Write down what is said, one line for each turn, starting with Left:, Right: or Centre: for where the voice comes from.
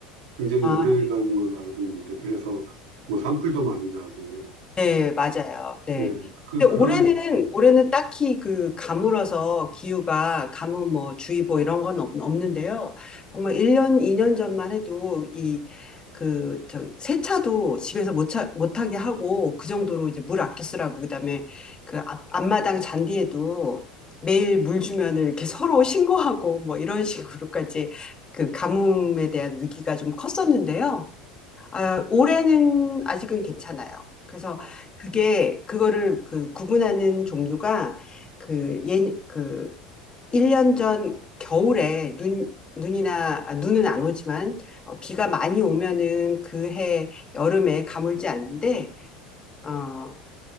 Right: 굉장히
Left: 아,
Right: 오래 가는 걸로 알고 있는데, 그래서 뭐 산불도 많이 나고,
Left: 네, 맞아요. 네.
Right: 예, 그,
Left: 근데
Right: 그런,
Left: 올해는 올해는 딱히 그 가물어서 기후가 가뭄 뭐 주의보 이런 건 없, 없는데요. 정말 1년, 2년 전만 해도 이 그 저기 세차도 집에서 못 차, 못하게 하고 그 정도로 이제 물 아껴 쓰라고 그다음에 그 앞, 앞마당 잔디에도 매일 물 주면은 이렇게 서로 신고하고 뭐 이런 식으로까지 그 가뭄에 대한 위기가 좀 컸었는데요. 아, 올해는 아직은 괜찮아요. 그래서
Right: 아,
Left: 그게, 그거를 그 구분하는 종류가 그 예, 그 1년 전 겨울에 눈, 눈이나, 아, 눈은 안 오지만 어, 비가 많이 오면은 그 해 여름에 가물지 않는데, 어,